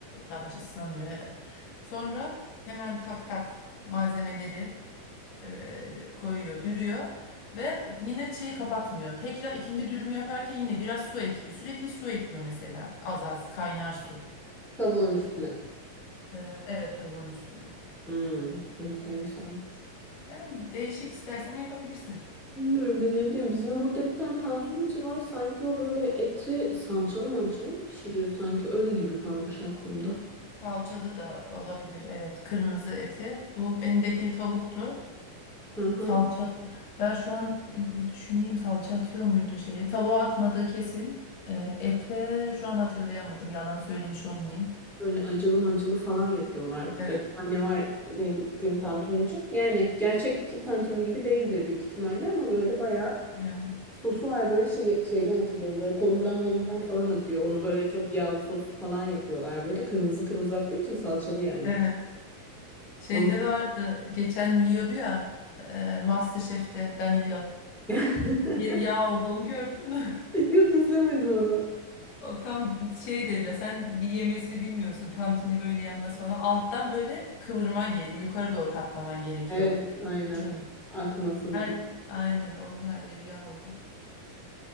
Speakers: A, on the left; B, in the centre.
A: lavaş ıslanıyor. Evet. Sonra hemen tak tak malzemeleri e, koyuyor, dürüyor ve yine şeyi kapatmıyor. Tekrar ikinci dürümü yaparken yine biraz su ekliyor. Sürekli su ekliyor mesela. Az az kaynar su.
B: Tavuğun üstüne.
A: Ee, evet tavuğun üstüne.
B: Hmm. Enteresan.
A: Yani değişik istersen yapabilirsin.
B: Bilmiyorum deneyebilirim. Bizim burada bir tane tantunici var. Sanki o böyle eti salçalı mançalı mı pişiriyor sanki? Öyle gibi kalmış aklımda.
A: Salçalı da olabilir. Evet, kırmızı eti. Bu benim dediğim tavuktu.
B: Hı hı.
A: Salça. Ya şu an e, bir düşüneyim salça atıyor muydu şeye? Tavuğa atmadığı kesin. Ee, ete şu an hatırlayamadım. Yalan söylemiş olmayayım.
B: Böyle acılı macılı falan yapıyorlar burada.
A: Evet.
B: Bir tane var benim gittiğim tantunici. Yani gerçek ki tantuni gibi değildir büyük ihtimalle ama böyle bayağı
A: Yani.
B: sosu var böyle şey, şeyden hatırlıyorum. Böyle kolumdan molumdan falan akıyor. Onu böyle çok yağlı sos falan yapıyorlar böyle. Kırmızı kırmızı aktığı için salçalı yani.
A: Evet. Şeyde
B: Onu...
A: vardı geçen yiyordu ya e, MasterChef'te Danilo.
B: <laughs>
A: Bir yağ olduğunu gördün mü? <laughs>
B: Yok izlemedim onu.
A: O tam şey dediler sen yemesini bilmiyorsun. Tantuni böyle yenmez falan. Alttan böyle kıvırman gerekiyor. Yukarı doğru katlaman gerekiyor.
B: Evet aynen.
A: Şunu.
B: Akmasın
A: Her,
B: diye.
A: aynen onun her yeri yağ oldu.